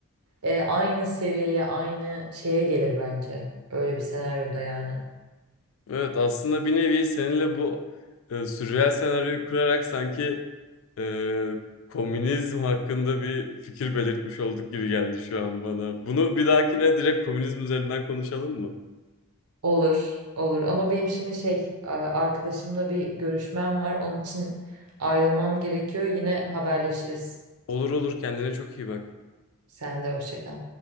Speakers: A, on the right; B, on the left.
A: e, aynı seviyeye aynı şeye gelir bence. Öyle bir senaryoda yani.
B: Evet aslında bir nevi seninle bu e, sürreal senaryoyu kurarak sanki e, komünizm hakkında bir fikir belirtmiş olduk gibi geldi şu an bana. Bunu bir dahakine direkt komünizm üzerinden konuşalım mı?
A: Olur olur ama benim şimdi şey a- arkadaşımla bir görüşmem var. Onun için ayrılmam gerekiyor. Yine haberleşiriz.
B: Olur olur kendine çok iyi bak.
A: Sen de hoşça kal.